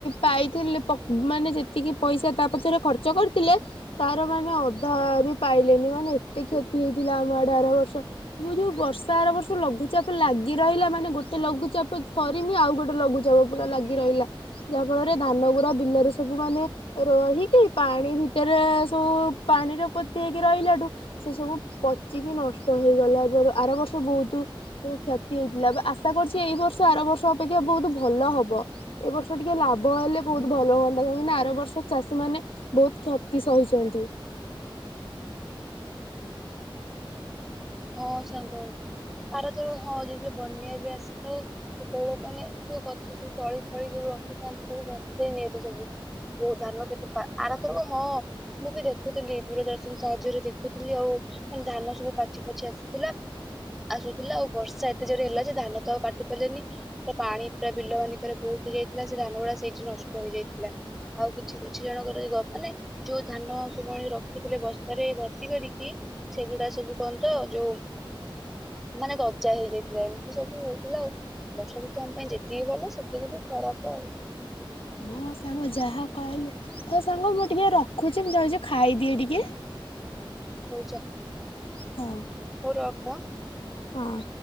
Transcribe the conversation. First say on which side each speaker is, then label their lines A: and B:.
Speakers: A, on the left; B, in the centre.
A: ପାଇଥିଲେ ମାନେ ଯେତିକି ପଇସା ତା ପଛରେ ଖର୍ଚ୍ଚ କରିଥିଲେ ତାର ମାନେ ଅଧା ବି ପାଇଲେନି ମାନେ ଏତେ କ୍ଷତି ହେଇଥିଲା ଆମ ଆଡେ ଆର ବର୍ଷ ମୁଁ ଯୋଉ ବର୍ଷା ଆର ବର୍ଷ ଲଘୁଚାପ ଲାଗେ ରହିଲା ମାନେ ଗୋଟେ ଲଘୁଚାପ ସରିନି ଆଉ ଗୋଟେ ଲଘୁଚାପ ପୁରା ଲାଗି ରହିଲା। ଯାହା ଫଳରେ ଧାନ ଗୁଡା ବିଲରେ ସବୁ ମାନେ ଏ ରହିକି ପାଣି ଭିତରେ ସବୁ ପାଣିର ପୋତି ହେଇକି ରହିଲାଠୁ ସେ ସବୁ ପଚିକି ନଷ୍ଟ ହେଇଗଲା ଏ ଆର ବର୍ଷ ବହୁତ କ୍ଷତି ହେଇଥିଲା ଆଶା କରୁଛି ଏଇ ବର୍ଷ ଆର ବର୍ଷ ଅପେକ୍ଷା ବହୁତ ଭଲ ହବ। ଏ ବର୍ଷ ଟିକେ ଲାଭ ହେଲେ ବହୁତ ଭଲ ହୁଅନ୍ତା କାହିଁକି ନା ଆର ବର୍ଷ ଚାଷୀ ମାନେ ବହୁତ କ୍ଷତି ସହିଛନ୍ତି।
B: ହଁ ସାଙ୍ଗ ଆରଥର ହଁ ଯେତେବେଳେ ବନ୍ୟା ବି ଆସିଥାଏ ସେତେବେଳେ ମାନେ ଯୋଉ ଗଛ ସବୁ ତଳି ଫଳି ସବୁ ରଖିଥାନ୍ତି ସବୁ ଭସେଇ ନେଇତେ ସବୁ ବ ଧାନ କେତେ ଆରଥର ହଁ ମୁଁ ବି ଦେଖୁଥିଲି ଦୂରଦର୍ଶନ ସାହାଯ୍ୟରେ ଦେଖୁଥିଲି ଆଉ ମାନେ ଧାନ ସବୁ ପାଚି ଆଛା ଆସୁଥିଲା ଆସୁଥିଲା ଆଉ ବର୍ଷା ଏତେ ଜୋରେ ହେଲା ଯେ ଧାନ ତ ଆଉ କାଟି ପାରିଲେନି ପୁରା ପାଣି ପୁରା ବିଲ ମାନଙ୍କରେ ବହୁତ ହେଇଯାଇଥିଲା ସେ ଧାନ ଗୁଡା ସେଇଠି ନଷ୍ଟ ରହିଯାଇଥିଲା। ଆଉ କିଛି କିଛି ଜଣଙ୍କର ମାନେ ଯୋଉ ଧାନ ସବୁଆଣି ରଖିଥିଲେ ବସ୍ତାରେ ଭର୍ତ୍ତି କରିକି ସେଗୁଡା ସବୁ କଣ ତ ଯୋଉ ମାନେ ଗଜା ହେଇଯାଇଥିଲା ଏମିତି ସବୁ ହେଇଥିଲା ଆଉ ବର୍ଷା ଋତ ଆମ ପାଇଁ ଯେତିକି ଭଲ ସେତିକି ବି ଖରାପ ଆଉ
A: ହଁ ସାଙ୍ଗ ଯାହା କହିଲୁ ହଉ ସାଙ୍ଗ ମୁଁ ଟିକେ ରଖୁଛି ମୁଁ ଯାଉଛି ଖାଇଦିଏ ଟିକେ?
B: ହଉ ଯା।
A: ହଁ
B: ହଉ ରଖ ଆଁ।
A: ହଁ